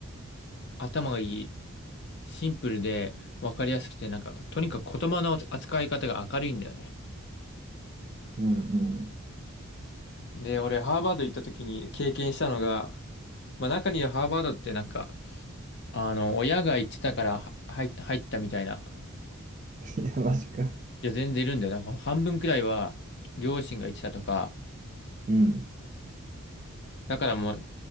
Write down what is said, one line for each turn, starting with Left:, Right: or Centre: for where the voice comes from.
Left: 頭がいい。シンプルで分かりやすくて、なんか、とにかく言葉の扱い方が明るいんだよね。
Right: うんうん
Left: で、俺、ハーバード行った時に経験したのが、まあ中にはハーバードってなんか、あの、親が行ってたからは入入ったみたいな、
Right: いや、マジか。
Left: いや、全然いるんだよ。なんか半分くらいは両親が行ってたとか、
Right: うん。
Left: だからもう、